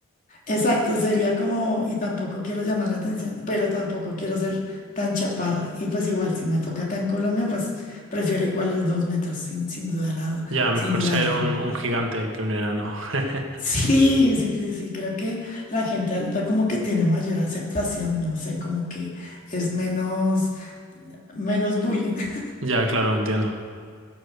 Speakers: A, on the left; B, on the right.
A: Exacto, sería como, y tampoco quiero llamar la atención, pero tampoco quiero ser tan chaparra. Y pues igual, si me toca acá en Colombia, pues prefiero igual los 2 metros, sin, sin dudarla-
B: Ya, mejor
A: sin dudarlo.
B: ser un, un gigante que un enano. <laughs>
A: Sí, sí, sí, sí, creo que la gente alta como que tiene mayor aceptación, no sé, como que es menos, menos bullying. <laughs>
B: Ya, claro, entiendo.